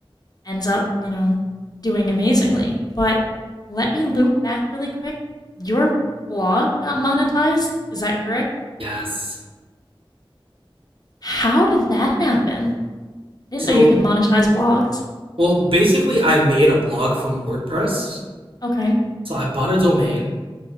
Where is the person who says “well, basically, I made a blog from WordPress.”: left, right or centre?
Right